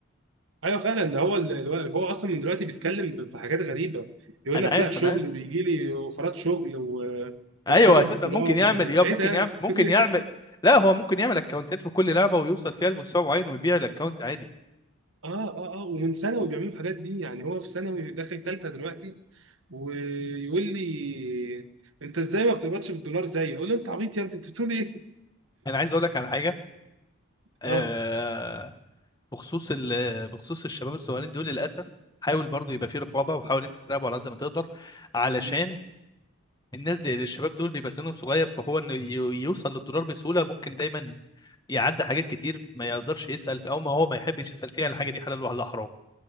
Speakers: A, on the right (about 65°); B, on the left (about 20°).
A: ايوه فعلا ده هو ال- الو- هو اصلا من دلوقتي بيتكلم ب- في حاجات غريبه يقول
B: انا
A: لك
B: عارف
A: لا شغل
B: انا عارف
A: بيجي لي اوفرات شغل و...
B: ايوه
A: واشتغل
B: اساسا
A: بالدولار
B: ممكن يعمل
A: وايه
B: يا ممكن
A: ده
B: يعمل
A: <laughs> بتقول
B: ممكن
A: إيه؟
B: يعمل لا هو ممكن يعمل اكونتات في كل لعبه ويوصل فيها لمستوى معين ويبيع الاكونت عادي
A: اه اه اه ومن ثانوي بيعملوا الحاجات دي يعني هو في ثانوي داخل ثالثه دلوقتي ويقول لي انت ازاي ما بتقبضش بالدولار زيي اقول له انت عبيط يا ابني انت بتقول ايه
B: انا عايز اقول لك على حاجه آه...
A: اه
B: بخصوص ال... بخصوص الشباب الصغيرين دول للاسف حاول برضو يبقى في رقابه وحاول انت تراقبه على قد ما تقدر علشان
A: مم.
B: الناس دي يعني الشباب دول بيبقى سنهم صغير فهو انه ي- يوصل للدولار بسهوله ممكن دايما يعدي حاجات كتير ما يقدرش يسال في، او ما هو ما يحبش يسال فيها على حاجه دي حلال ولا حرام